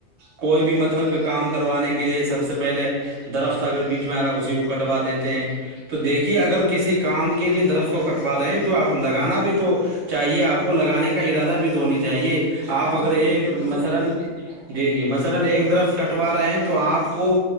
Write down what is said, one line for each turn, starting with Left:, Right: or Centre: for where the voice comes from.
Right: کوئی بھی مطلب کہ کام کروانے کے لیے سب سے پہلے درخت اگر بیچ میں آ رہا ہے اسی کو کٹوا دیتے ہیں تو دیکھیے اگر کسی کام کو کے لیے درخ کو کٹوا رہے ہیں تو آپ لگانا بھی تو چاہیے آپ کو لگانے کا ارادہ بھی تو ہونی چاہیے
Left: بالکل
Right: آپ اگر ایک
Left: یہ تو
Right: مثلان جی جی مثلان ایک درخت کٹوا رہے ہیں تو آپ کو